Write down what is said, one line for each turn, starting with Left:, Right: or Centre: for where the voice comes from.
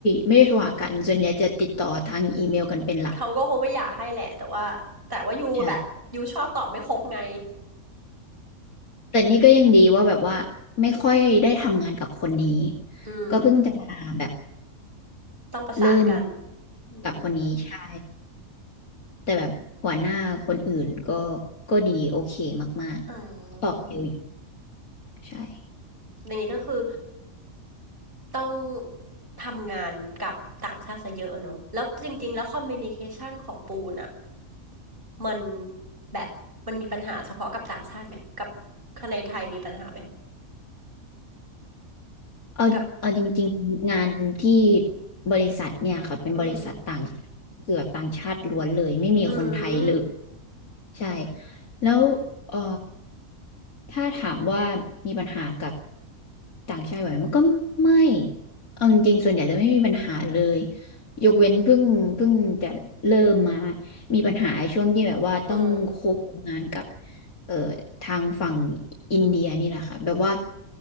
Left: ไม่ได้โทรหากันส่วนใหญ่จะติดต่อทางอีเมลกันเป็นหลัก
Right: เขาก็คงไม่อยากให้แหละแต่ว่าแต่ว่ายูแบบยูชอบตอบไม่ครบไง
Left: ใช่แต่นี่ก็ยังดีว่าแบบว่าไม่ค่อยได้ทำงานกับคนนี้
Right: <laughs> อืม
Left: ก็เพิ่งจะมาแบบ
Right: ต้องประสานกัน
Left: เริ่ม
Right: อืม
Left: กับคนนี้ใช่แต่แบบหัวหน้าคนอื่นก็ก็ดีโอเคมากๆเขาตอบเร็วอยู่
Right: อ่า
Left: ใช่
Right: อย่างนี้ก็คือต้องทำงานกับต่างชาติซะเยอะอะเนอะแล้วจริงๆแล้วคอมมิวนิเคชันของปูนอะ มันแบบมันมีปัญหาเฉพาะกับต่างชาติไหมกับคนในไทยมีปัญหาไหม
Left: เอาเอาจริงๆงานที่
Right: กับ
Left: บริษัทเนี่ยค่ะเป็นบริษัทต่าง
Right: อืม
Left: คือแบบต่างชาติล้วนเลยไม่มีคนไทยเลย
Right: อืม
Left: ใช่แล้วเออถ้าถามว่ามีปัญหากับต่างชาติไหมมันก็ไม่เอาจริงๆส่วนใหญ่จะไม่มีปัญหาเลยยกเว้นเพิ่งเพิ่งจะเริ่มมามีปัญหาช่วงที่แบบว่าต้องโคงงานกับ
Right: เออ
Left: เอ่อทางฝั่งอินเดียนี่แหละค่ะแบบว่า